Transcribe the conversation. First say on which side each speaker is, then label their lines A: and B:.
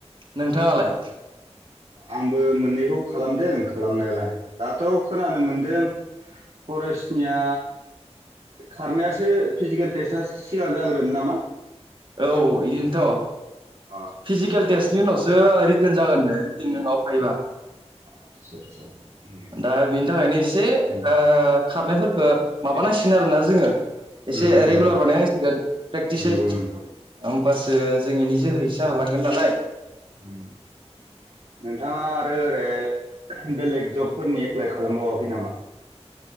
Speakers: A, on the right (about 45°); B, on the right (about 65°).
A: नोंथाङालाय
B: आंबो मोननैखौ खालामदों खालामनायालाय दाथ खोनानो मोनदों फरेस्ट निया खारनायासो फिजिकेल टेस्टआसो सिगां जाग्रोन नामा
A: औ इयोनथ
B: अ
A: फिजिकेल टेस्ट बिनि उनावसो रिटेन जागोननो रिटेननि उनाव भाइबा
B: आदसा आदसा उम
A: दा बिनि थाखायनो एसे
B: उम
A: ओ-खारनाय फो दा माबानांसिगोन आरोना जोङो एसे
B: उम उम
A: रेगुलार बानायनांसिगोन प्रेक्टिसै
B: नंगौ नंगौ
A: होमबासो <unintelligible> जों इनि जोहैसो
B: उम
A: हालांगोन नालाय
B: उम नोंथाङा आरो ओरै बेलेग जबफोरनि एप्लाइ खालामबावाखै नामा